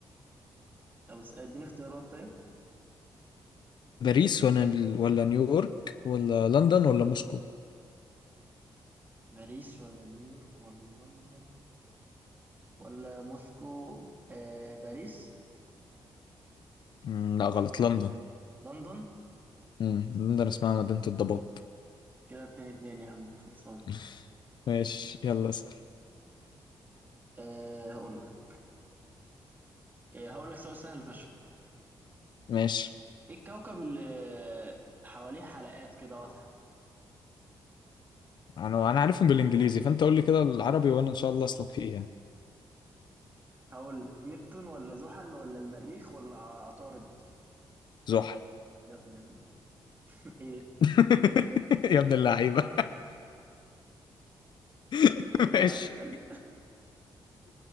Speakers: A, on the right (about 20°); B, on the left (about 60°).
A: طب اس- اديني اختيارات طيب
B: باريس ولا ولا نيويورك ولا لندن ولا موسكو
A: باريس ولا نيويورك ولا لندن ولا موسكو آه باريس
B: مم، لا غلط لندن
A: لندن
B: مم، لندن اسمها مدينة الضباب
A: كده اتنين اتنين يا عم خلصان
B: <laughs> ماشي يلا اسأل
A: آه هقول لك آه هقول لك سؤال سهل فشخ
B: ماشي
A: ايه الكوكب اللي حواليه حلقات كده واضحة
B: انا انا عارفهم بالانجليزي فانت قول لي كده العربي وانا ان شاء الله اسلك فيه يعني
A: هقول لك نبتون ولا زحل ولا المريخ ولا عطارد
B: زحل
A: يا ابن ال... <laughs> ايه
B: <laughs> يا ابن اللعيبة <laughs>
A: قول يا
B: ماشي
A: عم يلا